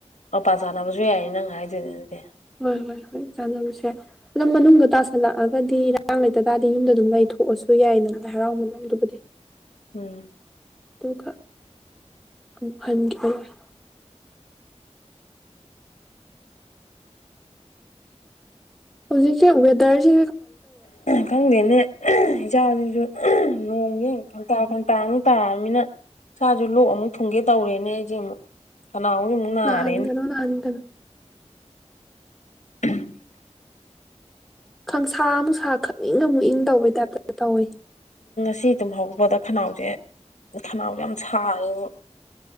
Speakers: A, on the left; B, in the centre.
A: ꯃꯄꯥ ꯆꯥꯟꯅꯕꯁꯨ ꯌꯥꯏ ꯅꯪ ꯍꯥꯏꯗꯣꯏꯗꯗꯤ
B: ꯍꯣꯏ ꯍꯣꯏ ꯍꯣꯏ ꯆꯥꯅꯔꯨꯁꯦ ꯑꯗꯨꯝ ꯃꯅꯨꯡꯗ ꯇꯥꯁꯜꯂꯛꯑꯒꯗꯤ ꯉꯔꯥꯡ ꯂꯩꯇ ꯇꯥꯔꯗꯤ ꯌꯨꯝꯗ ꯑꯗꯨꯝ ꯂꯩꯊꯣꯛꯑꯁꯨ ꯌꯥꯏ ꯅꯪ ꯂꯥꯏ ꯍꯔꯥꯎ ꯃꯅꯨꯡꯗꯨꯕꯨꯗꯤ
A: ꯎꯝ
B: ꯑꯗꯨꯒ ꯑꯃꯨꯛ ꯍꯟꯈꯤꯕ ꯂꯣꯏ ꯍꯧꯖꯤꯛꯁꯦ ꯋꯦꯗꯔꯁꯤ
A: ꯈꯪꯗꯦꯅꯦ ꯏꯆꯥꯁꯤꯁꯨ ꯅꯣꯡꯒꯤꯦ ꯈꯟꯇꯥ ꯈꯟꯇꯥꯨ ꯇꯥꯅꯤꯅ ꯁꯥꯥꯁꯨ ꯂꯣꯛ ꯑꯃꯨꯛ ꯊꯨꯡꯒꯦ ꯇꯧꯔꯦꯅꯦ ꯑꯩꯁꯦ ꯑꯃꯨꯛ ꯀꯅꯥꯎ ꯃꯨꯅꯔꯦꯅꯦ
B: ꯅꯍꯥꯟꯒꯅꯣ ꯅꯍꯥꯟꯒꯅꯣ
A: <inaudible>
B: ꯈꯪꯁꯥ ꯑꯃ ꯁꯥ ꯏꯪꯅ ꯑꯃꯨꯛ ꯏꯪ ꯇꯧꯕꯩ ꯇꯥꯏꯞꯇꯗ ꯇꯧꯋꯤ
A: ꯑꯁꯤ ꯇꯨꯝꯍꯧꯕꯗ ꯈꯅꯥꯎꯁꯦ ꯈꯅꯥꯎꯁꯦ ꯌꯥꯝ ꯁꯥꯔꯦꯕ